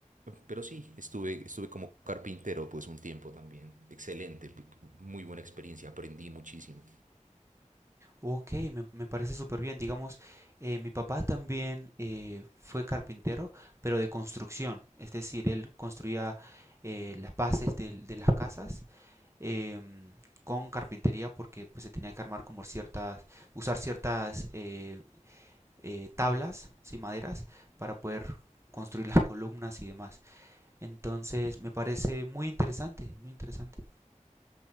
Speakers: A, on the right; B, on the right.
A: pero sí, estuve, estuve como carpintero pues un tiempo también. Excelente, muy buena experiencia, aprendí muchísimo.
B: Ok, me, me parece súper bien. Digamos, eh, mi papá también eh, fue carpintero, pero de construcción. Es decir, él construía eh, las bases del- de, las casas em, con carpintería porque pues, se tenía que armar como ciertas, usar ciertas eh, eh, tablas, sí, maderas, para poder construir las columnas y demás. Entonces, me parece muy interesante, muy interesante.